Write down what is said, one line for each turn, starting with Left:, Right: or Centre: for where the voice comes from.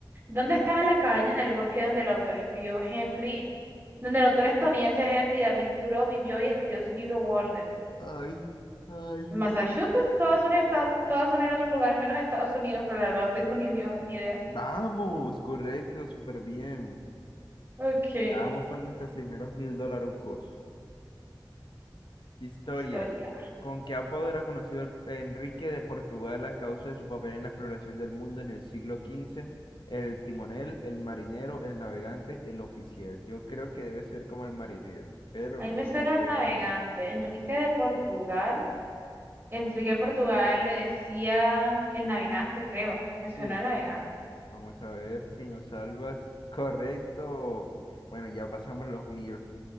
Right: ¿Dónde estaba la cabaña en el bosque donde el autor escribió Henry, donde el autor estadounidense Henry David Thoreau vivió y escribió su libro Walden?
Left: Ay, ay.
Right: ¿En Massachusetts? Todas son, en esta- todas son en otros lugares menos Estados Unidos, pero la verdad no tengo ni, idea- ni idea.
Left: Vamos, correcto, súper bien.
Right: Ok.
Left: Ya Vamos por nuestros primeros mil dolarucos. Historia.
Right: Historia.
Left: ¿Con qué apodo era conocido el- Enrique de Portugal a causa de su papel en la exploración del mundo en el siglo quince El timonel, el marinero, el navegante, el oficial. Yo creo que debe ser como el marinero, pero
Right: Ahí
Left: no
Right: me
Left: estoy
Right: suena
Left: seguro.
Right: el navegante. Enrique de Portugal. Enrique de Portugal le decían el navegante, creo. Me suena
Left: Sí,
Right: el navegante.
Left: vamos a ver si nos salvas. Correcto. Bueno, ya pasamos los mil.